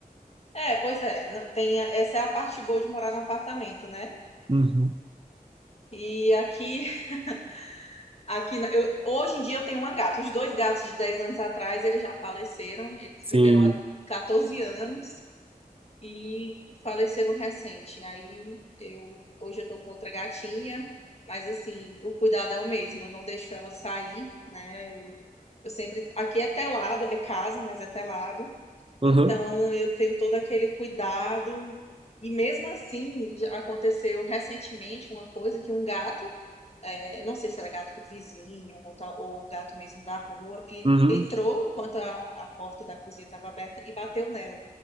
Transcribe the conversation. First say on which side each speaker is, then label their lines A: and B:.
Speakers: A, on the left; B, on the right.
A: É, pois é, na- tem, a- essa é a parte boa de morar no apartamento, né?
B: Uhum.
A: E aqui, <laughs> aqui na- eu, hoje em dia eu tenho uma gata. Os dois gatos de 10 anos atrás, eles já faleceram, eles
B: Sim.
A: viveram há 14 anos. e faleceram recente. Aí eu hoje eu tô com outra gatinha, mas assim, o cuidado é o mesmo, eu não deixo ela sair, né? Eu, eu sempre aqui é telado, é casa, mas é telado.
B: Uhum.
A: Então eu tenho todo aquele cuidado e mesmo assim já aconteceu recentemente uma coisa que um gato é, não sei se era gato do vizinho ou, tal- ou gato mesmo da rua. e-
B: Uhum.
A: Entrou enquanto a, a porta da cozinha estava aberta e bateu nela.